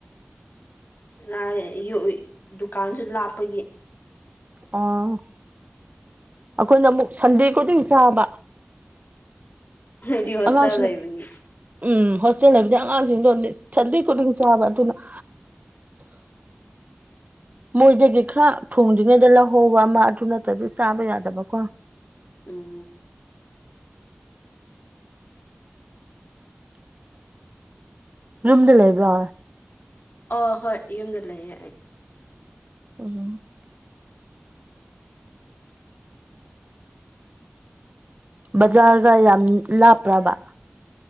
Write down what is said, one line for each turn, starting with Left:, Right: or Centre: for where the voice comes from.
Left: ꯑꯩꯈꯣꯏꯗꯤ ꯗꯨꯀꯥꯟꯁꯨ ꯂꯥꯞꯄꯒꯤ
Right: ꯑꯥ ꯑꯩꯈꯣꯏꯅ ꯑꯃꯨꯛ ꯁꯟꯗꯦ ꯈꯨꯗꯤꯡ ꯆꯥꯕ
Left: ꯅꯪꯗꯤ ꯍꯣꯁꯇꯦꯜ
Right: ꯑꯉꯥꯡꯁꯤꯡ
Left: ꯂꯩꯕꯅꯤꯅ
Right: ꯎꯝ ꯍꯣꯁꯇꯦꯜ ꯂꯩꯕꯁꯦ ꯑꯉꯥꯡꯁꯤꯡꯗꯣ ꯁꯟꯗꯦ ꯈꯨꯗꯤꯡ ꯆꯥꯕ ꯑꯗꯨꯅ ꯑ ꯃꯣꯏꯗꯒꯤ ꯈꯔ ꯊꯣꯡꯗ꯭ꯔꯤꯉꯩꯗ ꯂꯧꯍꯧꯕ ꯑꯃ ꯑꯗꯨ ꯅꯠꯇ꯭ꯔꯗꯤ ꯆꯥꯕ ꯌꯥꯗꯕꯀꯣ
Left: ꯎꯝ
Right: ꯌꯨꯝꯗ ꯂꯩꯕ꯭ꯔꯣ
Left: ꯑ ꯍꯣꯏ ꯌꯨꯝꯗ ꯂꯩꯌꯦ ꯑꯩ
Right: ꯎꯝ ꯕꯖꯥꯔꯒ ꯌꯥꯝ ꯂꯥꯞꯄ꯭ꯔꯕ